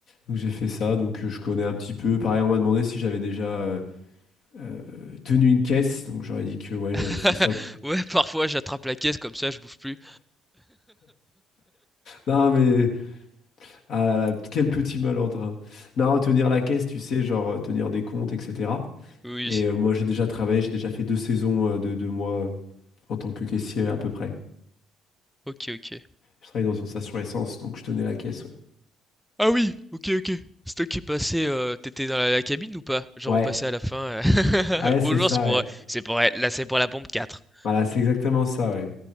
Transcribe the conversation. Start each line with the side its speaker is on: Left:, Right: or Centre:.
Left: Donc j'ai fait ça, donc euh, je connais un petit peu. Pareil, on m'a demandé si j'avais déjà euh, euh, tenu une caisse, donc j'aurais dit que ouais,
Centre: <laughs>
Left: j'avais fait ça.
Centre: Ouais parfois j'attrape la caisse comme ça je bouffe plus.
Left: Non mais, ah là là, quel petit malordre. hein. Non, tenir la caisse, tu sais, genre euh, tenir des comptes, etc.
Centre: Oui.
Left: Et
Centre: oui.
Left: euh, moi j'ai déjà travaillé, j'ai déjà fait deux saisons euh, de, de moi euh, en tant que caissier à peu près.
Centre: Ok ok.
Left: Je travaillais dans une station essence, donc je tenais la caisse, ouais.
Centre: Ah oui, OK, OK. C'est toi qui est passé, heu, tu dans la la cabine ou pas? Genre
Left: Ouais,
Centre: on passait à la fin, heu,
Left: ouais,
Centre: <laughs> «Bonjour,
Left: c'est ça,
Centre: c'est pour,
Left: ouais.
Centre: heu, c'est pour la là, c'est pour la pompe quatre.
Left: Voilà, c'est exactement ça, ouais.